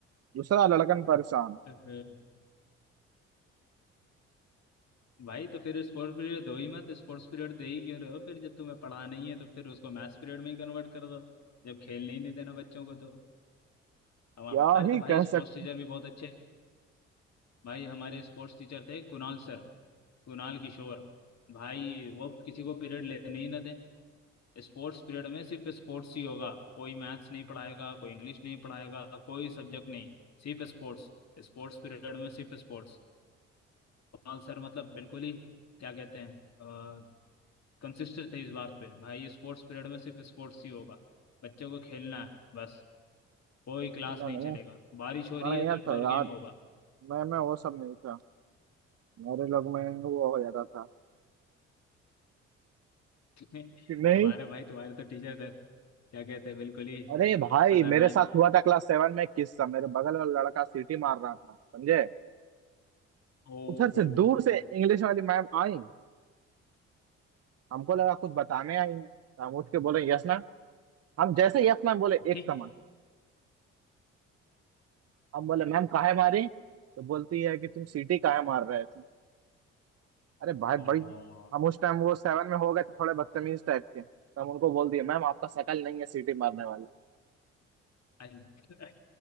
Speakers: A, on the right; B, on the left.
A: दूसरा लड़कन परेशान
B: फिर भाई तो फिर स्पोर्ट्स पीरियड दो ही मत स्पोर्ट्स पीरियड दे ही क्यों रहे हो फिर जब तुम्हें पढ़ा नहीं है तो फिर उसको मैथ्स पीरियड में ही कन्वर्ट कर दो जब खेलने ही नहीं देना बच्चों को तो हमारे
A: क्या
B: तो
A: ही
B: भाई
A: कह
B: स्पोर्ट्स
A: सकते
B: टीचर भी बहुत अच्छे भाई हमारे स्पोर्ट्स टीचर थे कुणाल सर कुणाल किशोर भाई वो किसी को पीरियड लेने ही ना दें स्पोर्ट्स पीरियड में सिर्फ स्पोर्ट्स ही होगा कोई मैथ्स नहीं पढ़ाएगा कोई इंग्लिश नहीं पढ़ाएगा कोई सब्जेक्ट नहीं सिर्फ स्पोर्ट्स स्पोर्ट्स पीरियड में सिर्फ स्पोर्ट्स हाँ सर मतलब बिल्कुल ही क्या कहते हैं कंसिस्टेंट थे इस बात पे भाई ये स्पोर्ट्स पीरियड में सिर्फ स्पोर्ट्स ही होगा बच्चों को खेलना है बस कोई क्लास
A: नहीं
B: नहीं
A: नहीं,
B: चलेगा बारिश हो
A: बढ़िया
B: रही है तो इंडोर
A: था यार
B: गेम होगा
A: मैं मैं वो सब नहीं था मेरे लोग में वो हो जाता था
B: <laughs>
A: कि नहीं
B: तुम्हारे भाई तुम्हारे तो टीचर थे क्या कहते हैं बिल्कुल ही
A: अरे
B: अ,
A: भाई
B: खतरनाक
A: मेरे साथ हुआ था क्लास सेवन में एक किस्सा मेरे बगल वाला लड़का सीटी मार रहा था समझे
B: ओ
A: उधर से
B: हो
A: दूर से इंग्लिश वाली मैम आई हमको लगा कुछ बताने आई हैं तो हम उठ के बोले यस मैम हम जैसे यस मैम बोले
B: <laughs>
A: एक
B: शिट
A: तमाचा हम बोले मैम काहे मारी तो बोलती है कि तुम सीटी काहे मार रहे थे अरे भाई
B: ओ
A: भाई हम उस टाइम वो सेवन में हो गए थे थोड़े बदतमीज टाइप के तो हम उनको बोल दिए मैम आपका शकल नहीं है सीटी मारने वाला
B: अल-